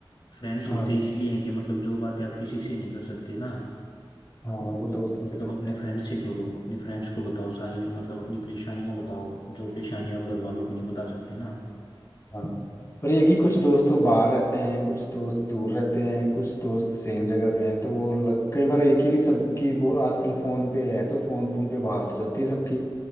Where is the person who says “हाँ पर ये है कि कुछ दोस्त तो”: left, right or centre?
Left